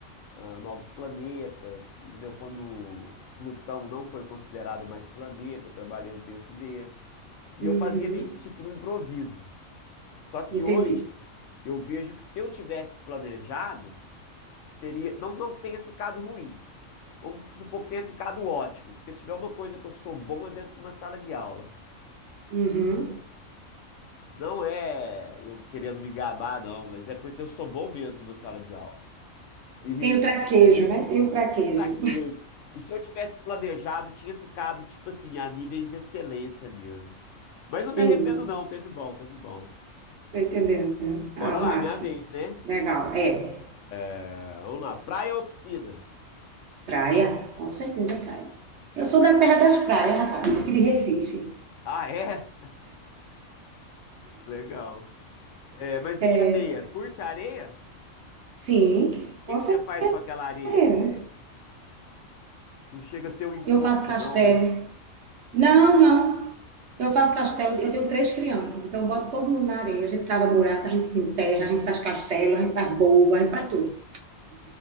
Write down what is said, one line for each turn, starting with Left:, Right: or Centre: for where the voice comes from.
Left: ah, novos planetas, entendeu? Quando Plutão não foi considerado mais planeta, eu trabalhei um texto desse. E
Right: uhum.
Left: eu fazia meio que tipo no improviso. Só que
Right: Entendi.
Left: hoje eu vejo que se eu tivesse planejado, teria, não, não que tenha ficado ruim. Vamos supor que tenha ficado ótimo, porque se tiver uma coisa que eu sou bom é dentro de uma sala de aula.
Right: Uhum.
Left: Não é eu querendo me gabar, não, mas é porque eu sou bom mesmo numa sala de aula. E
Right: Tem o traquejo, né? Tem o traquejo.
Left: eu fraquejo. E se eu tivesse planejado, tinha ficado, tipo assim, a níveis de excelência mesmo. Mas não
Right: <laughs>
Left: me
Right: Sim,
Left: arrependo, não. Teve bom, teve bom.
Right: tô entendendo.
Left: Bora
Right: Ah,
Left: lá,
Right: massa.
Left: minha vez, né?
Right: Legal. É.
Left: É, vamos lá. Praia ou piscina?
Right: Praia, com certeza praia. Eu sou da terra das praias, rapaz, aqui de Recife.
Left: Ah, é? <laughs> Legal. É, mas
Right: é
Left: e areia? Curte areia?
Right: Sim,
Left: O
Right: com
Left: que que você faz com aquela areia?
Right: certeza.
Left: Não chega a ser um incômodo,
Right: Eu faço castelo.
Left: não, né?
Right: Não, não. Eu faço castelo. Eu tenho três crianças, então eu boto todo mundo na areia. A gente cava buraco, a gente se enterra, a gente faz castelo, a gente faz boa, a gente faz tudo.